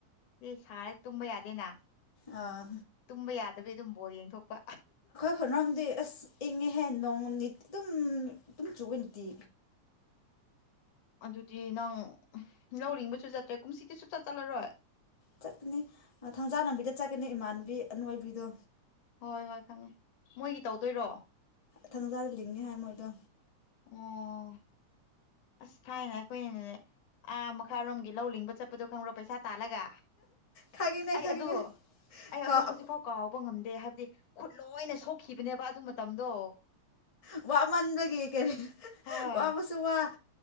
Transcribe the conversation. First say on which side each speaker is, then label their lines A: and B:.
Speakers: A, on the left; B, on the left.
A: ꯔꯤ ꯁꯥꯏ ꯇꯨꯝꯕ ꯌꯥꯗꯦꯅꯥ
B: ꯑꯥ
A: ꯇꯨꯝꯕ ꯌꯥꯗꯕꯤ ꯑꯗꯨꯝ ꯕꯣꯜ ꯌꯦꯡꯊꯣꯛꯄ
B: ꯈꯅꯝꯗꯤ ꯑꯁ ꯏꯪꯉꯦꯍꯦ ꯅꯣꯡ ꯅꯤꯠ ꯗꯨꯝ ꯇꯨꯝ ꯆꯨꯑꯦ ꯅꯨꯇꯤ
A: ꯑꯗꯨꯗꯤ ꯅꯪ ꯂꯧ ꯔꯤꯡꯕꯁꯨ ꯆꯠꯇ꯭ꯔꯦ ꯀꯨꯝꯁꯤꯗꯤ ꯁꯨꯞꯆꯠ ꯆꯠꯂꯔꯣꯏ
B: ꯆꯠꯀꯅꯤ <unintelligible> ꯆꯠꯀꯅꯤ ꯏꯃꯥꯟꯕꯤ ꯑꯅꯣꯏꯕꯤꯗꯣ
A: ꯍꯣꯏ ꯍꯣꯏ ꯈꯪꯉꯦ ꯃꯣꯏꯒꯤ ꯇꯧꯗꯣꯏꯔꯣ
B: ꯊꯪꯖꯥꯜ ꯂꯤꯡꯅꯤ ꯍꯥꯏ ꯃꯣꯏꯗꯣ
A: ꯑꯣ ꯑꯁ ꯊꯥꯏꯅ ꯑꯩꯈꯣꯏꯅꯤꯅꯦ ꯑꯥ ꯃꯈꯥꯔꯣꯝꯒꯤ ꯂꯧ ꯂꯤꯡꯕ ꯆꯠꯄꯗꯣ ꯈꯪꯕ꯭ꯔꯣ ꯄꯩꯁꯥ ꯇꯥꯜꯂꯒ
B: ꯈꯪꯉꯤꯅꯦ
A: ꯑꯩ
B: ꯈꯪꯉꯤꯅꯦ
A: ꯑꯗꯨ ꯑꯩ
B: ꯀꯥꯎ
A: ꯑꯗꯨ ꯍꯧꯖꯤꯛ ꯐꯥꯎ ꯀꯥꯎꯕ ꯉꯝꯗꯦ ꯍꯥꯏꯕꯗꯤ ꯈꯨꯠ ꯂꯣꯏꯅ ꯁꯣꯛꯈꯤꯕꯅꯦꯕ ꯑꯗꯨ ꯃꯇꯝꯗꯣ
B: ꯋꯥꯃꯟꯗꯒꯤ ꯀꯔꯤ
A: ꯍꯣꯏ
B: ꯋꯥꯕꯁꯨ ꯋꯥ